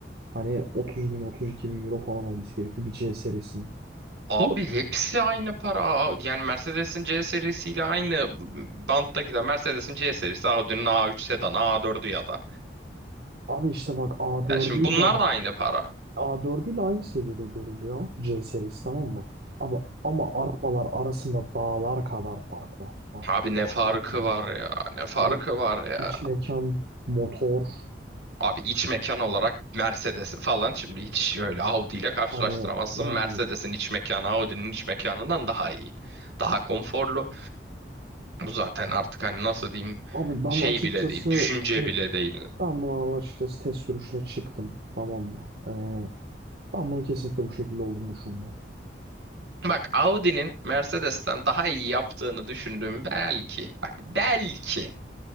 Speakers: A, on the right; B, on the right.
A: hani 30 bin 32 bin euro falan olması gerekiyor bir C serisinin.
B: Abi
A: Çünkü
B: hepsi aynı para. Aa, Yani Mercedes'in C serisiyle aynı bantta giden Mercedes'in C serisi Audi'nin A3 sedanı A4'ü ya da.
A: abi işte bak A4'üyle
B: Ya şimdi bunlar da aynı para.
A: A4'üyle aynı seviyede görülüyor C serisi tamam mı? Abi ama arabalar arasında dağlar kadar fark var. Bak
B: Abi
A: dağlar
B: ne farkı
A: kadar.
B: var ya? Ne farkı
A: Abi
B: var ya?
A: iç mekan, motor
B: Abi iç mekan olarak Mercedes'i falan şimdi hiç öyle Audi ile karşılaştıramazsın.
A: hani yani
B: Mercedes'in iç mekanı Audi'nin iç mekanından daha iyi. Daha konforlu. Bu zaten artık hani nasıl diyeyim
A: Abi ben
B: şey
A: açıkçası
B: bile değil, düşünce
A: te-
B: bile değil.
A: ben bunu açıkçası test sürüşüne çıktım. Tamam mı? Ee, ben bunu kesinlikle bu şekilde olduğunu düşünmüyorum.
B: Bak Audi'nin Mercedes'ten daha iyi yaptığını düşündüğüm belki. Bak belki.